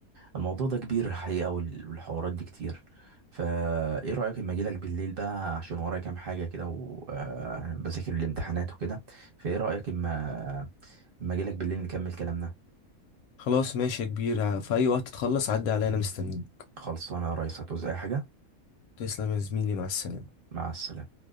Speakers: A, on the right; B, on the left.
A: الموضوع ده كبير الحقيقه وال- والحوارات دي كتير فا ايه رايك اما اجيلك بالليل بقى عشان ورايا كام حاجه كده وبذاكر الامتحانات وكده فايه رايك اما اما اجيلك بالليل نكمل كلامنا
B: خلاص ماشي يا كبير في اي وقت تخلص عدي عليا انا مستنيك
A: خلصانه يا ريس هتعوز اي حاجه
B: تسلم يا زميلي مع السلامه
A: مع السلامه